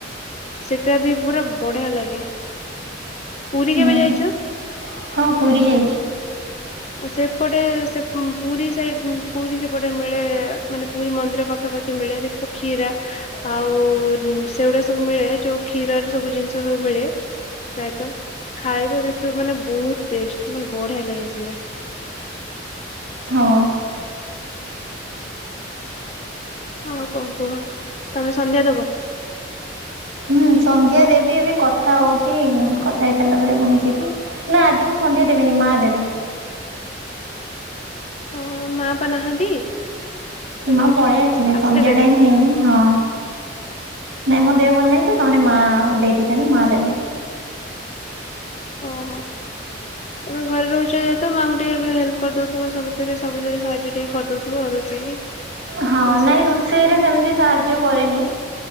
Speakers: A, on the left; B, on the right.
A: ସେଟା ବି ପୁରା ବଢିଆ ଲାଗେ ପୁରୀ
B: ହୁଁ
A: କେବେ ଯାଇଛ?
B: ହଁ ପୁରୀ ଯାଇଛି।
A: ସେପଟେ ସେ ପୁରୀ ସେ ପୁରୀ ସେପଟେ ମିଳେ ମାନେ ପୁରୀ ମନ୍ଦିର ପାଖାପାଖି ମିଳେ ଦେଖିବ କ୍ଷୀରା। ଆଉ ସେଗୁଡା ସବୁ ମିଳେ ଯୋଉ କ୍ଷୀରର ସବୁ ଜିନିଷ ସବୁ ମିଳେ। ପ୍ରାୟତଃ ଖାଇବା ଦେଖିବ ମାନେ ବହୁତ ଟେଷ୍ଟ ମାନେ ବଢିଆ ଲାଗେ ସେ
B: ହଁ।
A: ହଁ ଆଉ କଣ କୁହ ତମେ ସନ୍ଧ୍ୟା ଦବ?
B: ହୁଁ ସନ୍ଧ୍ୟା ଦେବି ଏବେ କଥା ହଉଚି କଥା ହେଇ ସାରିଲା ପରେ ପୁଣି ଯିବି। ନା ଆଜି ମୁଁ ସନ୍ଧ୍ୟା ଦେବିନି ମା ଦେବେ।
A: ଓ ମା ପା ନାହାନ୍ତି। ତ
B: ମା
A: ଯାଇଛନ୍ତି
B: ପଳେଇ ଆସିବେ
A: ଆସିଲେ
B: ସନ୍ଧ୍ୟା
A: ଦେବେ।
B: ଟାଇମ ହେଇନି ହଁ ନାଇଁ
A: ଓହୋ
B: ମୋ ଦେହ ଭଲ ନାଇଁ। ଜଣେ ମା ଦେଇଦେଇଥାନ୍ତେ ମା ଦେବେ।
A: ଓହୋ। ତମେ ଘରେ ରହୁଛ ଯେହେତୁ ମାଙ୍କୁ ଟିକେ ଏବେ ହେଲ୍ପ କରିଦଉଥିବ ସବୁଥିରେ ସବୁଥିରେ ସାହାଯ୍ୟ ଟିକେ କରିଦଉଥିବ ଅ ରୋଷେଇ। ଇଏ
B: ହଁ
A: ସିଏ
B: ନାଇଁ ରୋଷେଇରେ ସେମିତି ସାହାଯ୍ୟ କରେନି।